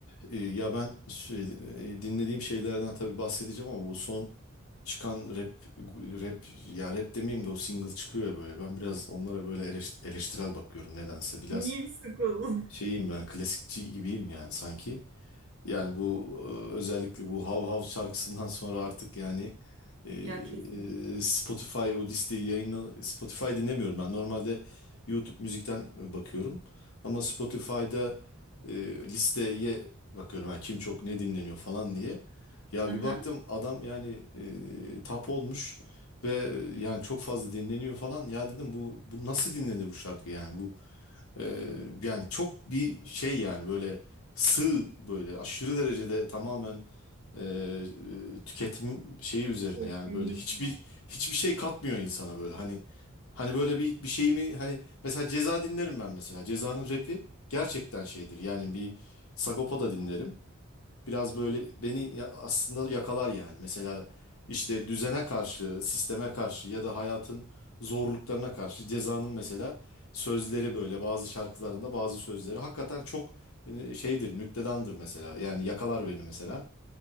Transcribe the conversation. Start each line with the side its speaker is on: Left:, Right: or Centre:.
Left: e, ya ben şey, e, dinlediğim şeylerden tabii bahsedeceğim ama bu son çıkan rap rap ya rap demeyeyim de o single çıkıyor ya böyle. Ben biraz onlara böyle eleş- eleştirel bakıyorum nedense. Biraz
Right: New School.
Left: şeyim
Right: <laughs>
Left: ben klasikçi gibiyim yani sanki. Yani bu e, özellikle bu Hav Hav şarkısından sonra artık yani e,
Right: Ya kesinlikle.
Left: e, Spotify o listeyi yayını Spotify dinlemiyorum ben. Normalde YouTube müzikten e, bakıyorum. Ama Spotify'da e, listeye bakıyorum. Yani kim çok ne dinleniyor falan diye. Ya
Right: Aha.
Left: bir baktım adam yani e, tap olmuş ve yani çok fazla dinleniyor falan. Ya dedim bu bu nasıl dinlenir bu şarkı yani bu ee, yani çok bir şey yani böyle sığ böyle aşırı derecede tamamen e, e, tüketim şeyi üzerine
Right: Kesinlikle.
Left: yani böyle hiçbir hiçbir şey katmıyor insana böyle hani hani böyle bir bir şey mi hani mesela Ceza dinlerim ben mesela Ceza'nın rapi gerçekten şeydir yani bir Sagopa da dinlerim biraz böyle beni ya- aslında yakalar yani. Mesela işte düzene karşı, sisteme karşı ya da hayatın zorluklarına karşı Ceza'nın mesela sözleri böyle bazı şarkılarında bazı sözleri hakikaten çok e, şeydir, nüktedandır mesela. Yani yakalar beni mesela.